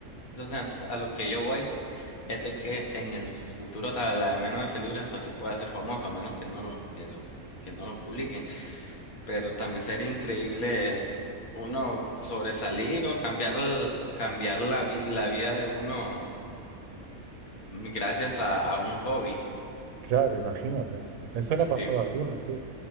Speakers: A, on the left; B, on the right.
A: o sea, entonces, a lo que yo voy es de que en el futuro tal, la de menos de ese libro hasta se puede hacer famoso, a menos que no lo, que lo, que no lo publiquen. Pero también sería increíble uno sobresalir o cambiar, el- cambiar la, vi- la vida de uno gracias a, a un hobby.
B: Claro, imagínate. Eso le
A: Sí,
B: ha pasado a algunos, sí.